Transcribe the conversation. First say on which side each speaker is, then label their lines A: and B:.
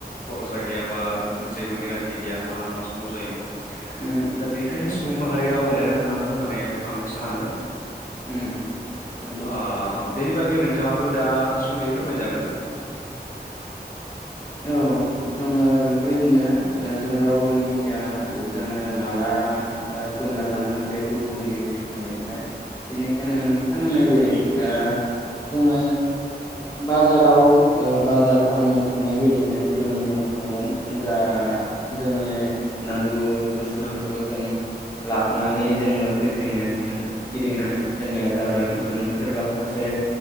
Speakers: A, on the left; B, on the left.
A: खरसा गैया बा जेबो गेरान्थि गैया माला मा समाव जायो।
B: उम
A: दा बेखायनो सु सुबुं माहारिया अनलायना थानांगौ होननानै आं सानो।
B: उम नंगौ
A: आ बागै नोंथाङाबो दा सुंदयै फोरमायजागोन।
B: औ जोङो बेफोरबायदिनो जों रावबो मिथिया जोङो माला ओ गोमोरलांगोन बे बुहुमनि बिफानिफ्राय बेनिखायनो नोंथां होन्नाय बादि ओ जोङो बाजाराव ओ बाजार खालामनो थांनाय बायदिनो दिनै जों थांगोन दा जोंनि नांगौ। बुस्थुफोरखौ
A: औ
B: जों लाख थांनानै जोङो फैफि फिन गिदिंनानै जोंनिया जागोन गुबुन सोरबा सासे